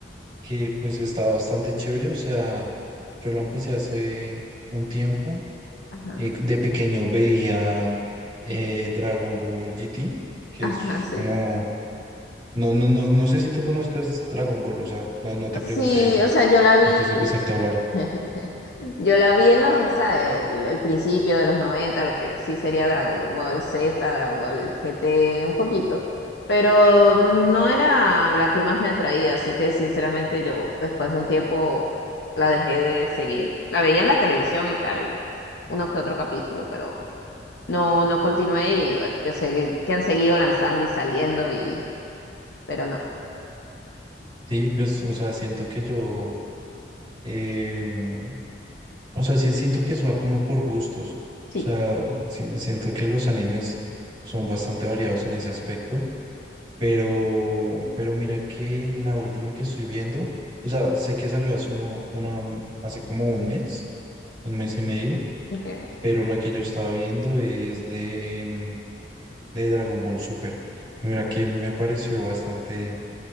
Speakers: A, on the right; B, on the left.
A: que pues está bastante chévere, o sea, yo la empecé hace un tiempo,
B: Ajá.
A: eh, de pequeño veía eh, Dragon Ball GT, que
B: Ajá,
A: es
B: sí.
A: como No, no, no, no sé si tú conozcas Dragon Ball, o sea, no, no te pregunté
B: Sí,
A: eso
B: o sea, yo la vi,
A: antes de empezarte a hablar.
B: <laughs> Yo la vi en los, o sea, el, el principio de los noventa lo que sí sería Dragon Ball Z, Dragon Ball GT, un poquito, pero no era la que más me atraía, así que sinceramente yo después de un tiempo la dejé de seguir. La veía en la televisión y tal, uno que otro capítulo, pero no, no continué y bueno, yo sé que, que han seguido lanzando y saliendo y, pero no,
A: Sí, pues, o sea, siento que yo, em, o sea, sí siento que eso va como por gustos, o
B: sí,
A: sea, si- siento que los animes son bastante variados en ese aspecto, pero, pero mira que la última que estoy viendo, o sea, sé que salió hace uno, una, hace como un mes, un mes y medio,
B: ok.
A: pero la que yo estaba viendo es de, de Dragon Ball Super. Y mira que me pareció bastante,